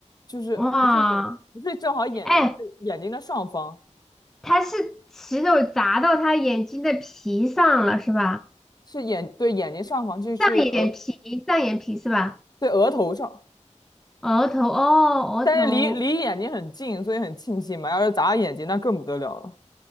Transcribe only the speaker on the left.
就是不是眼睛，
不是正好眼睛，
是眼睛的上方，
是眼，对眼睛上方，就是额，
对额头上。
但是离离眼睛很近，所以很庆幸嘛。要是砸眼睛，那更不得了了。